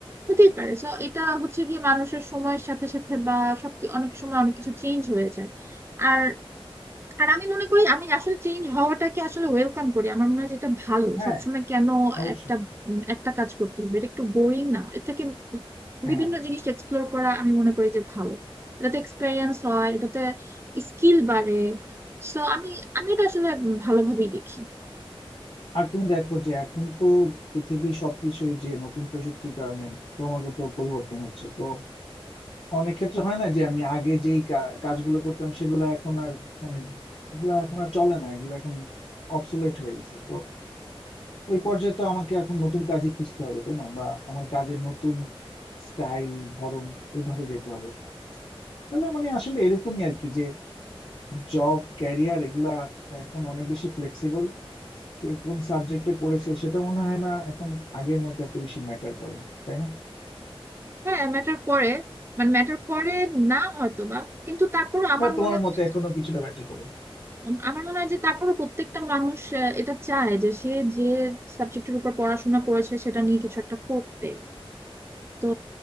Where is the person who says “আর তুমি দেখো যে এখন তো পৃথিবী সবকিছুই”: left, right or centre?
Left